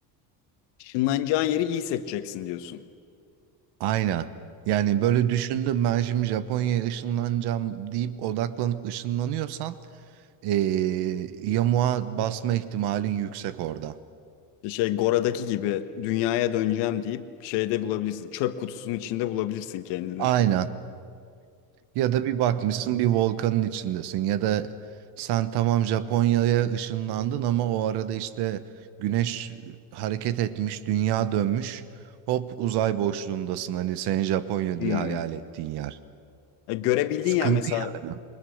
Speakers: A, on the left (about 75°); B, on the right (about 65°).
A: Işınlanacağın yeri iyi seçeceksin diyorsun.
B: Aynen. Yani böyle düşündüm ben şimdi Japonya'ya ışınlanacağım deyip odaklanıp ışınlanıyorsan eee yamuğa basma ihtimalin yüksek orada.
A: İşte Şey Gora'daki gibi dünyaya döneceğim deyip şeyde bulabilirsin. Çöp kutusunun içinde bulabilirsin kendini.
B: Aynen. Ya da bir bakmışsın bir volkanın içindesin ya da sen tamam Japonya'ya ışınlandın ama o arada işte güneş hareket etmiş, dünya dönmüş. Hop uzay boşluğundasın hani senin Japonya
A: Hmm.
B: diye hayal ettiğin yer.
A: E, görebildiğin
B: Sıkıntı
A: yer mesela
B: yani.